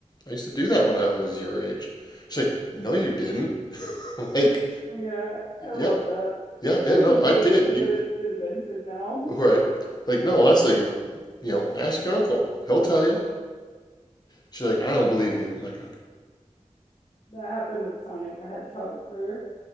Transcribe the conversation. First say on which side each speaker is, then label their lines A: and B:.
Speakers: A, on the left; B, on the left.
A: I used to do that when I was your age. She's like, no, you didn't. <laughs> I'm like,
B: Yeah, I love
A: yeah,
B: that.
A: yeah,
B: <laughs>
A: yeah,
B: They
A: no, I did.
B: think
A: You
B: that it's invented now.
A: Right. Like, no, honestly, you know, ask your uncle. He'll tell you. She's like, I don't believe you. I'm like,
B: That happened with Sonic the Hedgehog for